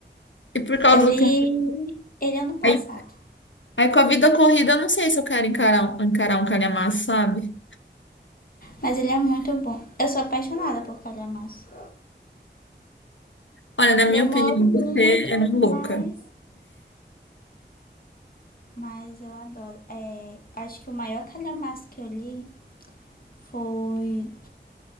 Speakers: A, on the left (about 85°); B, on the left (about 50°).
A: E por causa
B: Eu li
A: do que. eu-
B: ele ano passado,
A: Aí, aí com a vida corrida, eu não sei se eu quero encarar, um, encarar um calhamaço, sabe?
B: mas ele é muito bom. Eu sou apaixonada por calhamaço.
A: Olha, na
B: Demoro
A: minha opinião,
B: muito,
A: você é maluca.
B: mas, mas eu adoro. É, acho que o maior calhamaço que eu li foi